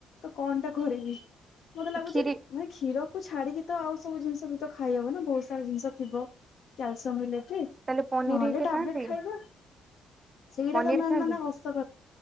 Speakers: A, on the left; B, on the right.
A: କଣ ଟା କରିବି। ମତେ ଲାଗୁଛି
B: କ୍ଷୀରି
A: ମାନେ କ୍ଷୀରକୁ ଛାଡିକି ତ ଆଉ ସବୁ ଜିନିଷ ବି ତ ଖାଇବ ନା ବହୁତ ସାରା ଜିନିଷ ଥିବ କ୍ୟାଲସିୟମ ମିଲେଟରେ।
B: ତାହେଲେ ପନିର
A: ନହେଲେ
B: ହେଇକା
A: ଟ୍ୟାଵ୍
B: ଖାଆନ୍ତି
A: ଲେଟ ଖାଇବା ସେଇଟା
B: ପନିର
A: ତ ମାମ୍
B: ଖାଆନ୍ତି
A: ମାନେ ହସ